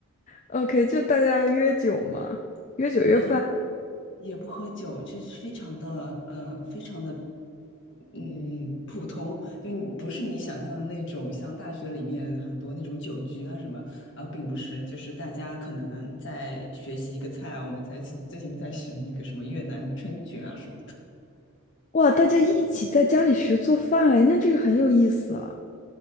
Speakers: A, on the left; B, on the left.
A: OK，就大家约酒嘛，约酒约饭。
B: 呃，不也不喝酒，就是非常的，呃，非常的，嗯，普通，就你不是你想象的那种，像大学里面很多那种酒局啊什么，啊，并不是，就是大家可能在学习一个菜，我们在 <laughs> 最近在学那个什么越南春卷啊什么。
A: 哇，大家一起在家里学做饭，哎，那这个很有意思啊。